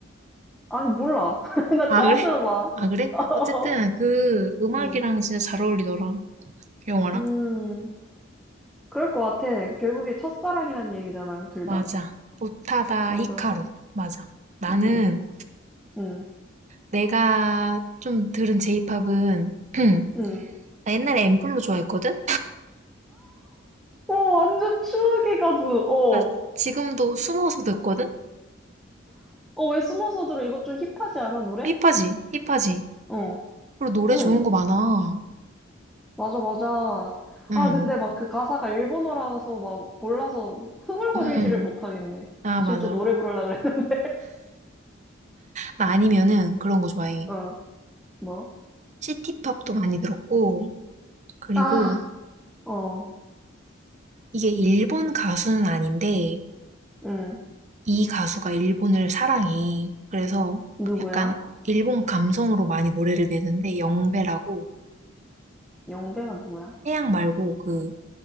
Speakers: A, in the centre; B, on the right.
A: 아니, 몰라. <laughs> 나
B: 아,
A: 처음
B: 그래?
A: 들어봐.
B: 아, 그래?
A: <laughs>
B: 어쨌든 그 음악이랑
A: 음,
B: 진짜 잘 어울리더라. 영화랑.
A: 음, 그럴 것 같아. 결국에 첫사랑이란 얘기잖아요, 둘
B: 맞아.
A: 다.
B: 오타다
A: 맞아,
B: 히카루.
A: 맞아.
B: 맞아. 나는
A: 음, 음,
B: 내가 좀 들은 제이팝은 <clears throat>
A: 음.
B: 나 옛날에 앰플로 좋아했거든?
A: 어, 완전 추억의 가수. 어,
B: 나 지금도 숨어서 듣거든?
A: 어, 왜 숨어서 들어? 이거 좀 힙하지 않아, 노래?
B: 힙하지? 힙하지?
A: 어,
B: 그리고 노래
A: 응.
B: 좋은 거 많아.
A: 맞아, 맞아.
B: 응.
A: 아, 근데 막 그 가사가 일본어라서 막 몰라서 뭐 흥얼거리지를
B: 응.
A: 못하겠네.
B: 아,
A: 지금
B: 맞아.
A: 또 노래 부르려고 그랬는데.
B: 나 아니면은 그런 거 좋아해.
A: <laughs> 어, 뭐?
B: 시티팝도 많이 들었고, 그리고
A: 아, 어,
B: 이게 일본 가수는 아닌데,
A: 응.
B: 이 가수가 일본을 사랑해. 그래서
A: 누구야?
B: 약간 일본 감성으로 많이 노래를 내는데, 영배라고,
A: 영배가 누구야?
B: 태양 말고 그,